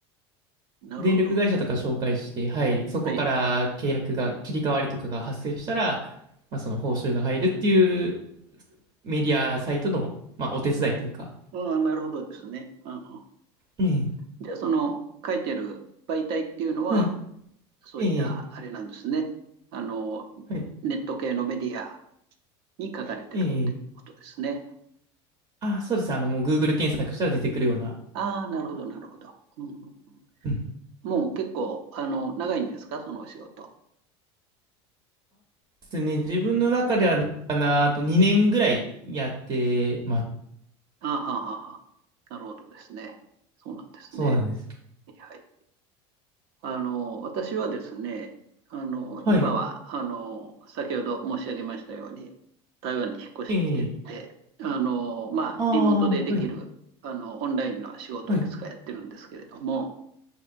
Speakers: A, on the right; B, on the right.
A: なるほど。
B: 電力会社とか紹介して、はい、そこから契約が、
A: はいはい。
B: 切り替わりとかが発生したら、まあ、その報酬が入るっていうメディアサイトの、まあ、お手伝いというか。
A: うん、なるほどですね。うんうんうん
B: ええ、
A: じゃあ、その書いてる媒体っていうのは、
B: はい、
A: そういったあれなんですね。
B: ええ、
A: あの、
B: はい、
A: ネット系のメディアに書かれてるっていうことですね。
B: ええ。あ、そうです。あの、もう Google 検索したら出てくるような。
A: ああ、なるほど、なるほど。うんうんうん
B: うん。
A: もう結構、あの、長いんですか、そのお仕事。
B: ですね。自分の中では、かな、あと2年ぐらいやってます。
A: ああ、はあはあはあなるほどですね。そうなんですね。
B: そうなんです。
A: はいはい。あの、私はですね、あの、
B: はい、
A: 今は、あの、先ほど申し上げましたように、台湾に引っ越してきてて、
B: ええ。
A: あの、まあ、
B: あ
A: リモートでできる、
B: あ、はい、
A: あの、オンラインの仕事をいくつかやってるんですけれども、
B: はい。